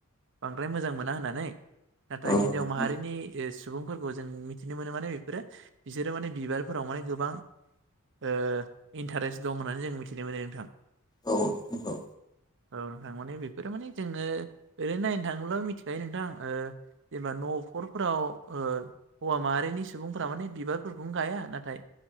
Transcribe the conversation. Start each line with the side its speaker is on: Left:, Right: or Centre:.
Right: बांद्राय मोजां मोना होननानै। नाथाय
Left: औ
Right: हिनजाव
Left: नोंथां
Right: माहारिनि ओ सु बुंफोरखौ जों मिथिनो मोनो माने बेफोरो बिसोरो माने बिबारफोराव माने गोबां ओ इन्थारेस दं होननानै जों मिथिनो मोनो नोंथां।
Left: औ नंगौ।
Right: औ नोंथां। माने बेफोरो माने जोङो ओरैनो नायनो थाङोब्ला मिथिखायो नोंथां जेनबा न' अफरफोराव ओ हौवा माहारिनि सुबुंफोरा माने बिबारफोरखौनो गाया। नाथाय